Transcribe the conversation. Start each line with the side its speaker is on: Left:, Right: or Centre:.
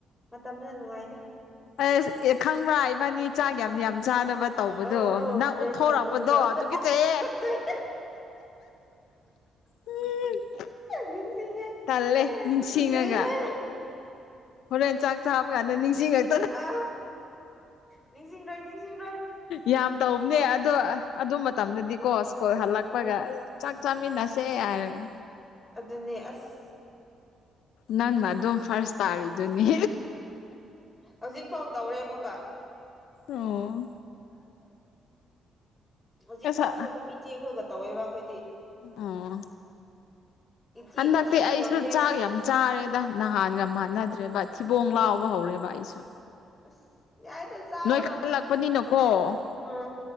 Centre: ꯃꯇꯝꯗꯨꯅ ꯅꯨꯡꯉꯥꯏꯗ
Left: ꯑꯁ ꯑꯦ ꯈꯪꯕ꯭ꯔꯥ ꯏꯕꯥꯅꯤ ꯆꯥꯛ ꯌꯥꯝ ꯌꯥꯝ ꯆꯥꯅꯕ ꯇꯧꯕꯗꯣ
Centre: ꯑꯧ ꯑꯧ
Left: ꯅꯪ
Centre: ꯔꯦꯁ
Left: ꯑꯣꯛꯊꯣꯔꯛꯄꯗꯣ
Centre: ꯇꯧꯅꯕꯗꯣ
Left: ꯇꯨꯀꯠꯆꯩꯌꯦ
Centre: ꯇꯨꯀꯠꯆꯩ
Left: ꯎꯝ
Centre: ꯅꯤꯡꯁꯤꯡꯉꯦ
Left: ꯇꯜꯂꯦ
Centre: ꯑꯩ
Left: ꯅꯤꯡꯁꯤꯡꯉꯒ
Centre: ꯇꯨꯀꯠꯆꯩꯌꯦ
Left: ꯍꯣꯔꯦꯟ ꯆꯥꯛ ꯆꯥꯕ ꯀꯥꯟꯗ ꯅꯤꯡꯁꯤꯡꯉꯛ
Centre: ꯑ ꯅꯤꯡꯁꯤꯡꯂꯣꯏ ꯅꯤꯡꯁꯤꯡꯂꯣꯏ
Left: ꯌꯥꯝ ꯇꯧꯕꯅꯦ ꯑꯗꯣ ꯑꯗꯨ ꯃꯇꯝꯗꯗꯤꯀꯣ ꯁ꯭ꯀꯨꯜ ꯍꯜꯂꯛꯄꯒ
Centre: ꯎꯝ
Left: ꯆꯥꯛ ꯆꯥꯃꯤꯟꯅꯁꯦ ꯍꯥꯏꯔꯒ
Centre: ꯑꯗꯨꯅꯦ ꯑꯁ
Left: ꯅꯪꯅ ꯑꯗꯨꯝ ꯐꯔꯁ ꯇꯥꯔꯤꯗꯨꯅꯤ
Centre: ꯍꯧꯖꯤꯛꯐꯥꯎ ꯇꯧꯔꯦ ꯑꯃꯨꯛꯀ
Left: ꯑꯣ
Centre: <inaudible> ꯍꯧꯖꯤꯛ
Left: ꯑꯁ
Centre: ꯐꯥꯎꯁꯨ ꯑꯗꯨꯝ ꯏꯆꯦ ꯈꯣꯏꯒ ꯇꯧꯋꯦꯕ ꯑꯩꯈꯣꯏꯗꯤ
Left: ꯑꯣ
Centre: ꯏꯆꯦ
Left: ꯍꯟꯗꯛꯇꯤ
Centre: ꯏꯆꯦꯗꯤ
Left: ꯑꯩꯁꯨ
Centre: ꯉꯝꯗꯦ
Left: ꯆꯥꯛ ꯌꯥꯝ ꯆꯥꯔꯦꯗ ꯅꯍꯥꯟꯒ ꯃꯥꯟꯅꯗ꯭ꯔꯦꯕ ꯊꯤꯕꯣꯡ ꯂꯥꯎꯕ ꯍꯧꯔꯦꯕ ꯑꯩꯁꯨ
Centre: ꯑꯁ ꯌꯥꯏꯗ ꯆꯥꯒꯗꯕꯅꯤꯗ
Left: ꯅꯣꯏ ꯈꯜꯂꯛꯄꯅꯤꯅꯀꯣ
Centre: ꯎꯝ